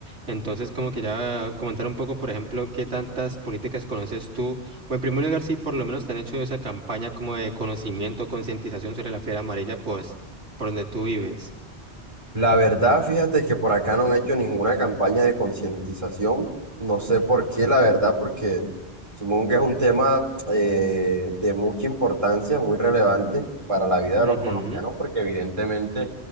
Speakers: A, on the right; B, on the right.
A: Entonces, como quería comentar un poco, por ejemplo, qué tantas políticas conoces tú, o en primer lugar, si por lo menos te han hecho esa campaña como de conocimiento, concientización sobre la fiebre amarilla, pues, por donde tú vives.
B: La verdad, fíjate que por acá no han hecho ninguna campaña de concientización. No sé por qué, la verdad, porque supongo que es un tema eh, de mucha importancia, muy relevante para la vida
A: Ujú.
B: de los colombianos, porque evidentemente